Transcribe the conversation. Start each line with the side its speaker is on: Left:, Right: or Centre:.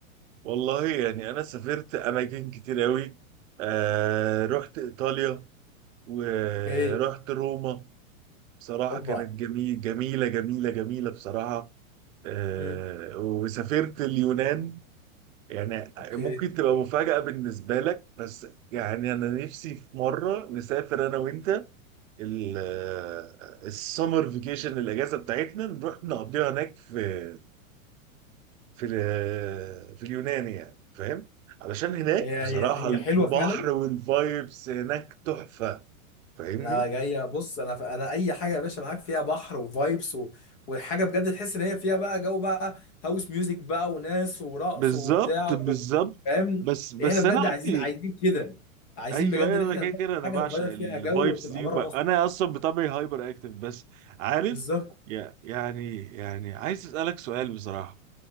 Right: والله يعني انا سافرت اماكن كتير قوي آه رحت ايطاليا ورحت
Left: اوكي
Right: روما بصراحه
Left: أوبا
Right: كانت جميل جميله جميله جميله بصراحه آه
Left: مم.
Right: وسافرت اليونان يعني
Left: اوكي
Right: ممكن تبقى مفاجأة بالنسبة لك بس يعني أنا نفسي في مرة نسافر أنا وأنت ال- السمر فيكيشن الأجازة بتاعتنا نروح نقضيها هناك في في ال- آه، في اليونان يعني فاهم؟ علشان هناك
Left: هي
Right: بصراحة
Left: هي
Right: البحر
Left: هي حلوة فعلا
Right: والفايبس هناك تحفة فاهمني؟
Left: انا جاي بص انا ف... انا اي حاجه يا باشا معاك فيها بحر وفايبس و... وحاجه بجد تحس ان هي فيها بقى جو بقى هاوس ميوزك بقى وناس ورقص
Right: بالظبط
Left: وبتاع و...
Right: بالظبط
Left: فاهم
Right: بس بس
Left: احنا بجد
Right: انا عندي
Left: عايزين عايزين كده عايزين
Right: ايوه
Left: بجد
Right: ايوه
Left: ان احنا
Right: انا كده
Left: نروح
Right: كده انا
Left: حاجه
Right: بعشق
Left: نغير
Right: الفايبس
Left: فيها جو وتبقى
Right: دي
Left: بره
Right: وب... انا
Left: مصر
Right: اصلا بطبعي هايبر اكتف بس عارف
Left: بالظبط
Right: يع- يعني يعني عايز اسالك سؤال بصراحه